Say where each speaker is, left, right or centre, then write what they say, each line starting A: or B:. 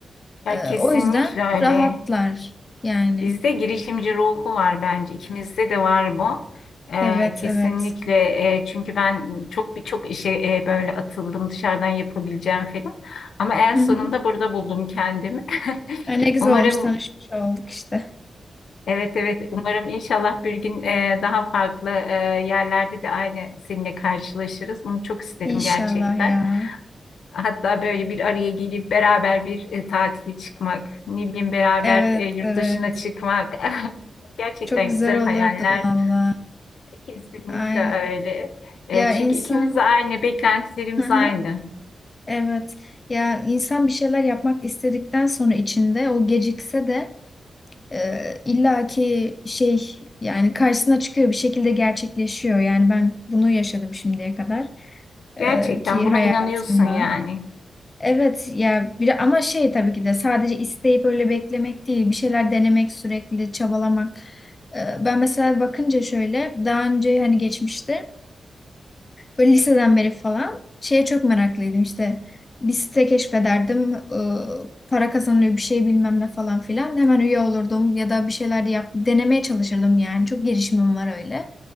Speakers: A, on the left (about 75°); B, on the left (about 25°).
A: Ya
B: E,
A: kesinlikle
B: o yüzden
A: öyle.
B: rahatlar yani.
A: Bizde girişimci ruhu var bence. İkimizde de var bu. Ee,
B: Evet
A: kesinlikle
B: evet.
A: e, çünkü ben çok birçok işe e, böyle atıldım dışarıdan yapabileceğim falan. Ama en
B: Hı
A: sonunda
B: hı.
A: burada buldum kendimi. <laughs>
B: Ay, Ne güzel
A: Umarım
B: olmuş tanışmış olduk işte.
A: evet evet umarım inşallah bir gün e, daha farklı e, yerlerde de aynı seninle karşılaşırız. Bunu çok isterim
B: İnşallah
A: gerçekten.
B: ya.
A: Hatta böyle bir araya gelip beraber bir e, tatile çıkmak, ne bileyim beraber
B: Evet
A: e, yurt
B: evet.
A: dışına çıkmak. <laughs> Gerçekten
B: Çok güzel
A: güzel hayaller.
B: olurdu valla.
A: Kesinlikle
B: Aynen.
A: öyle. E,
B: Ya
A: çünkü
B: insan,
A: ikimiz de aynı, beklentilerimiz
B: hı hı,
A: aynı.
B: evet. Ya insan bir şeyler yapmak istedikten sonra içinde o gecikse de e, illaki şey yani karşısına çıkıyor bir şekilde gerçekleşiyor. Yani ben bunu yaşadım şimdiye kadar e,
A: Gerçekten
B: ki
A: buna
B: hayatımda.
A: inanıyorsun yani.
B: Evet ya bir ama şey tabii ki de sadece isteyip öyle beklemek değil, bir şeyler denemek sürekli çabalamak. E, ben mesela bakınca şöyle daha önce hani geçmişte Böyle liseden beri falan şeye çok meraklıydım işte. Bir site keşfederdim. e, para kazanılıyor bir şey bilmem ne falan filan. Hemen üye olurdum ya da bir şeyler yap denemeye çalışırdım yani. Çok girişimim var öyle.